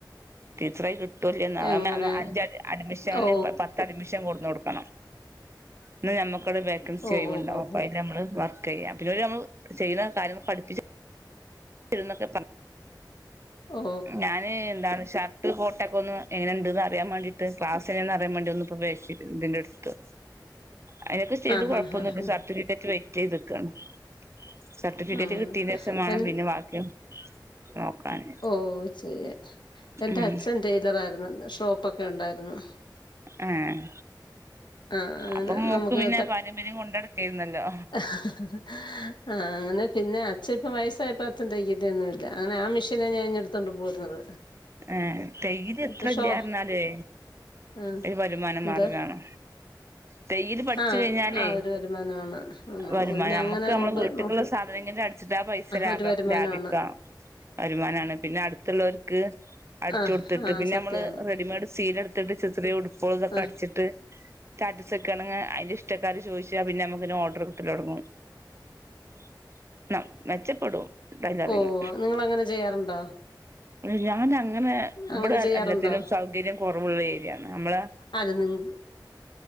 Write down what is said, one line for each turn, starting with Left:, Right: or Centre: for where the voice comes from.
Right: ടീച്ചറായി കിട്ടോ ഇല്ലയോന്നാ <unintelligible>
Left: എങ്ങനെ
Right: അഞ്ച് അഡ്മിഷന്
Left: ഓ
Right: പത്ത് അഡ്മിഷൻ കൊടുന്ന് കൊടുക്കണം. ഇന്ന് ഞമ്മക്കട് വേക്കൻസി
Left: ഓ
Right: ഒഴിവ്
Left: ഹോ
Right: ഇണ്ടാവും
Left: ഹോ
Right: അപ്പൊ
Left: ഹോ
Right: അയില് നമ്മള് വർക്കെയ്യാ പിന്നെ ഓര് നമ്മള് ചെയ്യുന്ന കാര്യങ്ങള് പഠിപ്പിച്ചാ <unintelligible>
Left: ഓ
Right: ഞാന് എന്താണ് ഷർട്ട് കോട്ടൊക്കെ ഒന്ന് എങ്ങനെ ഇണ്ട്ന്ന് അറിയൻ വേണ്ടീട്ട് ക്ലാസ് എങ്ങനെ അറിയാൻ വേണ്ടി <unintelligible> ഇതിന്റെ ഇട്ത്ത് അയിനൊക്കെ ചെയ്ത്
Left: ആഹാ
Right: കൊഴപ്പൊന്നുല്ലാ
Left: ഹാ ഹാ
Right: സർട്ടിഫിക്കറ്റ് വെയിറ്റെയ്ത്ക്കാണ് സർട്ടിഫിക്കറ്റ്
Left: ഹാ ആ
Right: കിട്ടിയേന്റെഷം വേണം
Left: എൻ
Right: പിന്നെ ബാക്കിയും നോക്കാന്
Left: ഓഹ് ചെയ്യാ എന്റെ
Right: ഉം
Left: അച്ഛൻ ടെയിലറായിരുന്നു ഷോപ്പൊക്കെ ഒണ്ടായിരുന്നു
Right: ആഹ്
Left: ആ അങ്ങനെ
Right: അപ്പം മോക്ക്
Left: നമുക്ക്
Right: പിന്നെ പാരമ്പര്യം കൊണ്ടടക്കായിരുന്നല്ലോ
Left: ഹ ഹ ഹ് ആഹ് അങ്ങനെ പിന്നെ അച്ഛ ഇപ്പം വയസായപ്പ അച്ഛൻ തയ്ക്കത്തൊന്നും ഇല്ലാ അങ്ങനെ ആ മിഷ്യനാ ഞാൻ ഇങ്ങെടു ണ്ട് പോരുന്നത്
Right: ഏഹ് തൈര് എത്ര
Left: പക്ഷോ
Right: ഇല്ലാർഞ്ഞാലുവെ
Left: ആ
Right: ഒരു വരുമാന
Left: എന്ത്
Right: മാർഗാണ് തെയ്യല് പഠിച്ച്
Left: ആ
Right: കഴിഞ്ഞാലേ
Left: ആ ഒരു വരുമാനമാണ് ആ, നമുക്ക്
Right: വരുമാനാ
Left: പിന്നെ അങ്ങനെ
Right: നമ്മക്ക്
Left: അങ്ങോട്ട്
Right: നമ്മളെ വീട്ട്ക്ക്ള്ള
Left: നോക്ക്
Right: സാധനെങ്കില് അട് ച്ചിട്ട് ആ പൈസ ലാഭ
Left: ഒരു വരുമാനമാണ്
Right: ലാഭിക്കാം വരുമാനാണ് പിന്നെ അടുത്ത്ള്ളോലിക്ക് അടിച്ച്
Left: ആ
Right: കൊടുത്തിട്ട്
Left: ആ
Right: പിന്നെ
Left: സത്യാണ്
Right: നമ്മള് റെഡിമെയ്ഡ് സീലെട്ത്തിട്ട് ചെ ചെറിയെ ഉടുപ്പേള് ഇതെക്കെ
Left: ആ ആ
Right: അടിച്ചിട്ട് സ്റ്റാറ്റസ് വെക്കാണെങ്ങെ അയിന്റെ ഇഷ്ട്ടക്കാര് ചോദിച്ചാ പിന്നെ നമ്മക്ക് ഓഡറ് കിട്ടലൊടങ്ങും <unintelligible> മെച്ചപ്പെടും ടൈലറിങ്
Left: ഓഹ് നിങ്ങള് അങ്ങനെ ചെയ്യാറുണ്ടോ?
Right: <unintelligible> അങ്ങനെ
Left: അങ്ങനെ
Right: ഇവിടെ
Left: ചെയ്യാറുണ്ടോ?
Right: എല്ലത്തിനും സൗകര്യം കൊറവുള്ള ഏരിയാണ് നമ്മളെ
Left: അത് നിങ്ങക്ക്